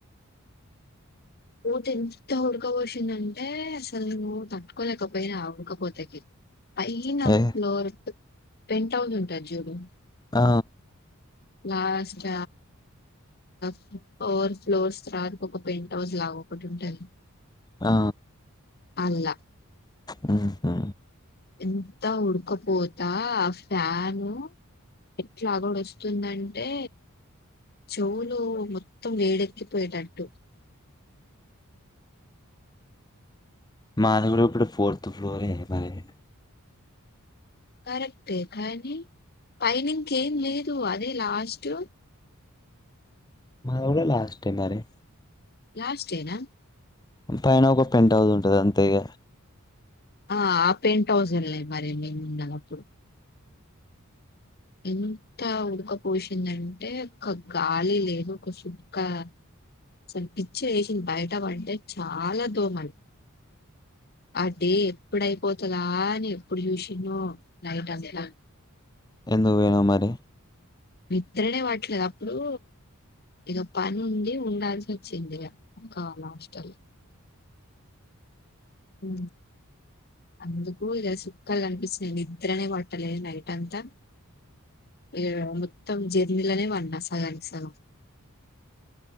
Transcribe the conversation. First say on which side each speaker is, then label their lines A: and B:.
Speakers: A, on the left (about 45°); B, on the left (about 20°).
A: పోతే ఎంత ఉడుక ఉడుకపోషిందంటే అసలు నువ్వు తట్టుకోలేకపోయినా ఉడుకపోతేకి పైన
B: ఏ
A: ఫ్లోర్ పెంట్ హౌస్ ఉంటాది చూడు
B: ఆ
A: లాస్ట్ ఫ్లేర్ ప్లేస్ తర్వాత పెంట్ రోజు కావు ఒకటి ఉంటాది
B: ఆ
A: అలా
B: ఆ
A: ఎంత ఉడకపోతా ఆ ఫ్యాను ఎట్లా కూడా వస్తుందంటే చెవులు మొత్తం వేడెక్కిపోయేటట్డు
B: మాధగలుప్పుడు ఫోర్త్ ఫ్లోోరే మారజ
A: కరెక్టే కానీ పైని ఇంక ఏం లేదు అదే లాస్ట్
B: మా ఎడ స్ట్ అన్నారుే
A: లాస్ట్ డేనా
B: పైన ఒక పెం అవుదు ఉంటంది అంతే ఇగ
A: ఆ ఆ పెయింట్ హౌజ ఉన్నాయి మరి నేను ఉన్నా అప్పుడు ఎంత ఉడకపోసిందంటే ఒక గాలి లేదు ఒక సుక్క అసలు పిచ్చి వేసింది బయట పంటే చాలా దోమలు అదే ఎప్పుడై పోతలాా అని ఎప్పుడు చూసినో నలైట్ అంతా
B: ఎందు వేణ మరి
A: నిద్ద్రనే వావట్లేదు అప్పుడు ఇక పని ఉండి ఉండాల్సి వచ్చింది ఇక కావాల హస్టల్లో ఉ అందుకు ఇక సుక్కాలు కనిపిస్తున్నాయి నిద్రనే పట్టలేదు నైట్ అంతా ఇ మొత్తం జర్నీలనే వడి సగనికి సగం